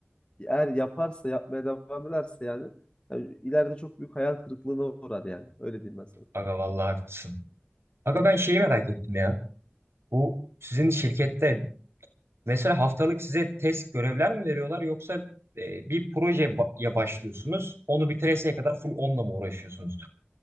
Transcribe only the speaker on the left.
eğer yaparsa yapmaya devam ederse yani, yani ileride çok büyük hayal kırıklığına uğrar yani öyle diyeyim ben sana.